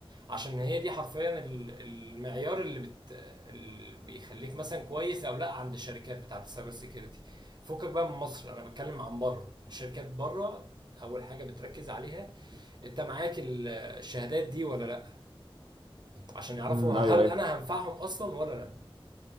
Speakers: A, on the right; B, on the right.
A: عشان هي دي حرفيا ال- المعيار اللي بت... اللي بيخليك مثلا كويس او لا عند الشركات بتاعت السايبر سيكيورتي فكك بقى من مصر انا بتكلم عن بره الشركات بره اول حاجه بتركز عليها انت معاك ال- الشهادات دي ولا لا عشان يعرفوا
B: امم
A: هل
B: ايوه ايوه
A: انا هنفعهم اصلا ولا لا